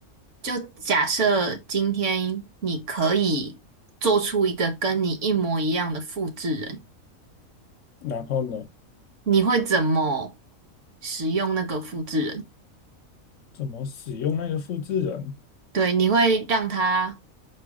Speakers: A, on the right; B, on the left.
A: 就假设今天你可以做出一个跟你一模一样的复制人，
B: 然后呢？
A: 你会怎么使用那个复制人？
B: 怎么使用那个复制人？
A: 对，你会让他